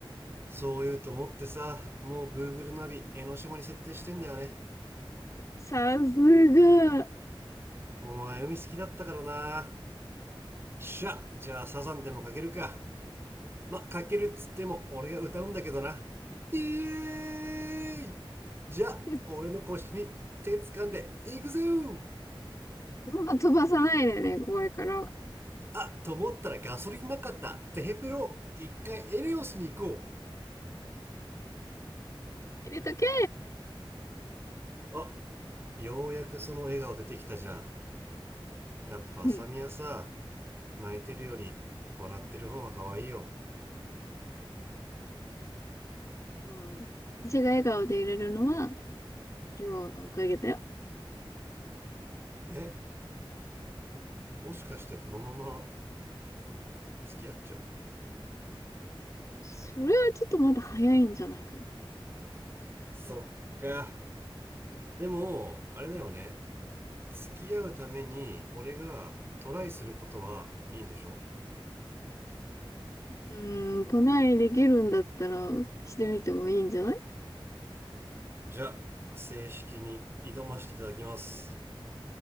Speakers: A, on the right; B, on the left.
A: そう言うと思ってさ、もう Google ナビ、江ノ島に設定してんだよね。
B: さすが。
A: お前海好きだったからな。しゃ、じゃあサザンでもかけるか。ま、かけるっつっても俺が歌うんだけどな。イエーイじゃあ、
B: <laughs>
A: 俺の腰に手掴んでいくぜー
B: まあ、飛ばさないでね、怖いから。
A: あ、と思ったらガソリンなかった。テヘペロ、一回エネオスに行こ
B: 入れとけ
A: う。あ、ようやくその笑顔出てきたじゃん。やっぱ浅見はさ、
B: ー
A: 泣いてるより笑ってる方が可愛いよ。
B: うん。<laughs> でも私が笑顔で入れるのは、りょうのおかげだよ。
A: えもしかしてこのまま付き合っちゃう
B: それはちょっとまだ早いんじゃないかな。
A: そっかでもあれだよね付き合うために俺がトライすることはいいんでしょ
B: うーん、トライできるんだったら、してみてもいいんじゃない
A: じゃあ正式に挑ましていただきます